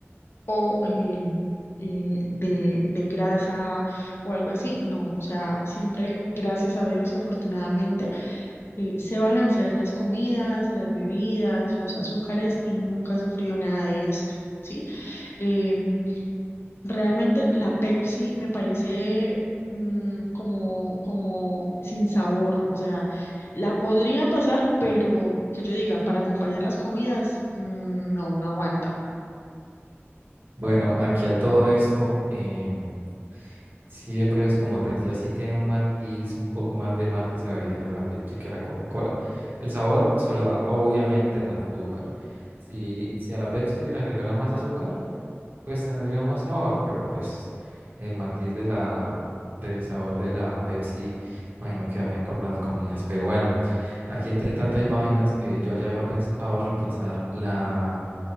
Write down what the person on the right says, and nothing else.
Bueno, aquí a todo esto, em, sí, pues como te decía, sí tiene un matiz, un poco más de mate esa bebida, la Pepsi que la Coca-Cola. El sabor se lo da obviamente el azúcar. Si, si a la Pepsi se le agregara más azúcar, Pues tendría más sabor, pero pues el matiz de la, del sabor de la Pepsi, imagino que va bien con las comidas. Pero bueno, aquí entre tantas vainas, eh, yo ya había pensado reemplazar la,